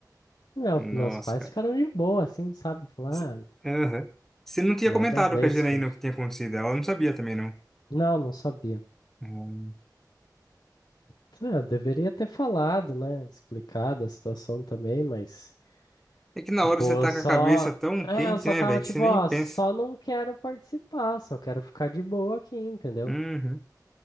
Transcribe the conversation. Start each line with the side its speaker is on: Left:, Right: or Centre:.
Left: Meu-
Centre: Nossa,
Left: meus pais
Centre: cara.
Left: ficaram de boa, assim, sabe? Falaram,
Centre: Você
Left: ah,
Centre: Aham. Você não tinha
Left: nada
Centre: comentado
Left: a ver
Centre: com a Janaína
Left: esse curso.
Centre: o que tinha acontecido. Ela não sabia também, não.
Left: Não, não sabia.
Centre: Hum.
Left: Tá, Eu deveria ter falado, né? Explicado a situação também, mas
Centre: É que na
Left: Tipo,
Centre: hora você tá
Left: eu só.
Centre: com a cabeça tão
Left: É,
Centre: quente,
Left: eu só
Centre: né,
Left: tava
Centre: velho,
Left: tipo,
Centre: que você nem
Left: ó,
Centre: pensa.
Left: só não quero participar, só quero ficar de boa aqui, entendeu?
Centre: Uhum.